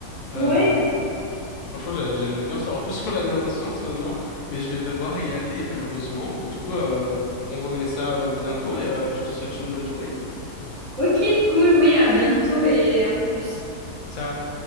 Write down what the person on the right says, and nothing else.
ouais,
ok, cool, oui, à bientôt et à plus.